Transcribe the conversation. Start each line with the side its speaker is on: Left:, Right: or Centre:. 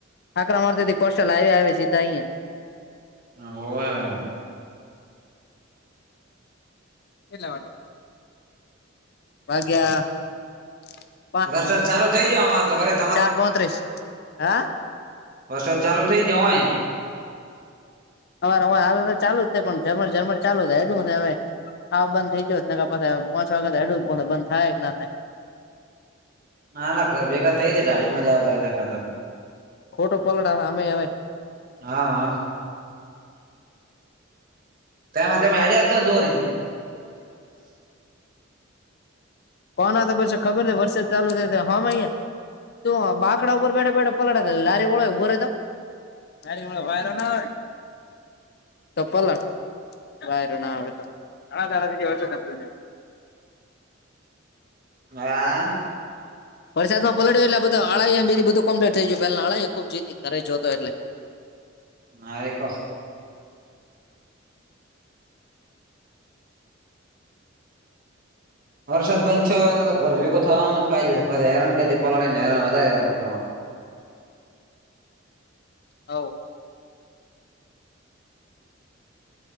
Left: આકરા મારતીથી કોસ્ટલ આવેયા આવે સીધા અહીંયા.
Right: હા. <unintelligible>
Left: કેટલા વાગ્યે અલ્યા
Right: વરસાદ ચાલુ થઇ જ અમારે તોરે-
Left: ચાર પત્રીસ, હા?
Right: વરસાદ ચાલુ થઇ ગયો હોય
Left: અમાર હવ હાલ ચાલુ જ છે પણ ઝરમર ઝરમર ચાલુ થાય એડું હવે હા બંધ થઈ ગયો ને પાછ પાંચ વાગ્યા તો એડું જ બંધ થાય કે ના થાય.
Right: ના ના ઘર ભેગા થઈ જ ઠાડી મજા વગર ના કરતા.
Left: ખોટો પલડા અમે હવે
Right: હા. તેમાં તમે આઈડિયા દો દોરી.
Left: કોના તો બસ ખબર હે વરસાદ ચાલુ થાય ત હમે અહં તું બાકડા પર બેઠા બેઠા પલળે છે, લારી ઓળે ઉભોરે તો. ના થી મારો વારો ન આવે, તો પલળ. બૈરું ના આવે તો <unintelligible>
Right: હા.
Left: વરસાદમાં પલટ્યું એટલે બધુ અળાઈ એ બીધું કોમલિટ થી ગય પેલા અળાઈ એ ખુબ જતી ખરે જ જોતો એટલે.
Right: નાઆઈકો? વરસાદ બંધ થયો તો ઘર ભેગું થવામાં જ ફાયદો પણ હેરન કરતી પલાળડી ને હે વધારે હેમ થવાનું.
Left: હવ.